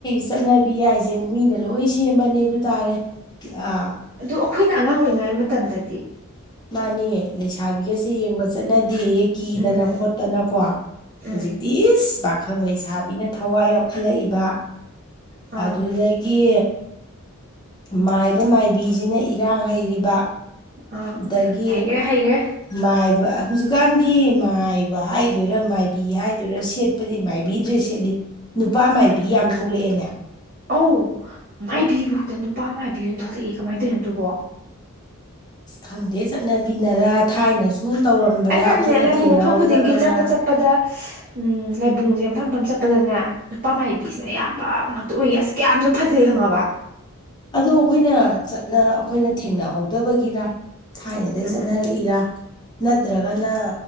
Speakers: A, on the left (about 20°); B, on the right (about 40°).
A: ꯆꯠꯅꯕꯤ ꯍꯥꯏꯁꯦ ꯃꯤꯅ ꯂꯣꯏ ꯁꯦꯝꯕꯅꯦ ꯑꯗꯨ ꯇꯔꯦ <unintelligible>
B: ꯑꯗꯨ ꯑꯩꯈꯣꯏꯅ ꯑꯉꯥꯡ ꯑꯣꯏꯉꯩ ꯃꯇꯝꯗꯗꯤ
A: ꯃꯥꯅꯤ ꯂꯩꯁꯥꯕꯤꯒꯁꯦ ꯌꯦꯡꯕ ꯆꯠꯅꯗꯦ ꯌꯦ ꯀꯤꯗꯅ
B: ꯎꯝ
A: ꯈꯣꯠꯇꯅꯀꯣ
B: ꯎꯝ
A: ꯍꯧꯖꯤꯛ ꯏꯤꯁ ꯄꯥꯈꯪ ꯂꯩꯁꯥꯕꯤꯅ ꯊꯋꯥꯏ ꯌꯥꯎꯈꯠꯂꯛꯏꯕ
B: ꯑꯥ
A: ꯑꯗꯨꯗꯨꯗꯒꯤ ꯃꯥꯏꯕ ꯃꯥꯏꯕꯤꯁꯤꯅ ꯏꯔꯥꯡ ꯍꯩꯔꯤꯕ
B: ꯑꯥ
A: ꯑꯗꯒꯤ
B: ꯍꯩꯒ꯭ꯔꯦ ꯍꯩꯒ꯭ꯔꯦ
A: ꯃꯥꯏꯕ ꯍꯧꯖꯤꯛꯀꯥꯟꯗꯤ ꯃꯥꯏꯕ ꯍꯥꯏꯗꯣꯏꯔꯥ ꯃꯥꯏꯕꯤ ꯍꯥꯏꯗꯣꯏꯔꯥ ꯁꯦꯠ ꯄꯗꯤ ꯃꯥꯏꯕꯤ ꯗ꯭ꯔꯦꯁ ꯁꯦꯠꯂꯤ ꯅꯨꯄꯥ ꯃꯥꯏꯕꯤ
B: ꯎꯝ
A: ꯌꯥꯝ ꯊꯣꯛꯂꯛꯑꯦꯅꯦ
B: ꯑꯧ ꯃꯥꯏꯕꯤ ꯐꯥꯎꯗ ꯅꯨꯄꯥ ꯃꯥꯏꯕꯤ ꯑꯣꯏꯅ ꯊꯣꯛꯂꯛꯑꯦ ꯀꯃꯥꯏꯅ ꯇꯧꯔꯤꯅꯣ ꯑꯗꯨꯕꯣ
A: ꯈꯪꯗꯦ ꯆꯠꯅꯕꯤꯅꯔ ꯊꯥꯏꯅꯁꯨ ꯇꯧꯔꯝꯕꯔꯥ
B: ꯑꯩꯅꯅꯦ
A: ꯑꯩꯈꯣꯏꯅ
B: ꯂꯥꯏꯕꯨꯡ
A: ꯊꯦꯡꯅꯍꯧꯗꯕꯔꯥ
B: ꯃꯐꯝ ꯈꯨꯗꯤꯡꯒꯤ ꯆꯠꯄ ꯆꯠꯄꯗ ꯎꯝ ꯂꯥꯏꯕꯨꯡꯁꯦꯐꯝꯐꯝ ꯆꯠꯄꯗꯅꯦ ꯅꯨꯄꯥ ꯃꯥꯏꯕꯤꯁꯤꯅ ꯑꯌꯥꯝꯕ ꯉꯥꯛꯇ ꯎꯏ ꯑꯁ ꯀꯌꯥꯝꯁꯨ ꯐꯖꯩ ꯈꯪꯉꯕ
A: ꯑꯗꯣ ꯑꯩꯈꯣꯏꯅ ꯆꯠꯅ ꯑꯩꯈꯣꯏꯅ ꯊꯦꯡꯅꯍꯧꯗꯕꯒꯤꯔ ꯊꯥꯏꯅꯗꯒꯤ
B: ꯎꯝ
A: ꯆꯠꯅꯔꯛꯏꯔꯥ ꯅꯠꯇ꯭ꯔꯒꯅ